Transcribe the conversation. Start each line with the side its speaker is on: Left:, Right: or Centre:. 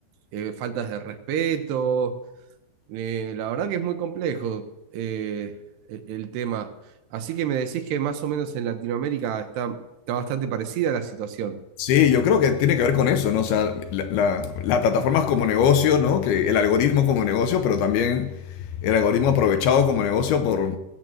Right: eh, faltas de respeto. Eh, la verdad que es muy complejo eh, el, el tema. Así que me decís que más o menos en Latinoamérica está, está bastante parecida la situación.
Left: Sí, yo creo que tiene que ver con eso, ¿no? O sea, la- la- las plataformas como negocio, ¿no? Que el algoritmo como negocio, pero también el algoritmo aprovechado como negocio por,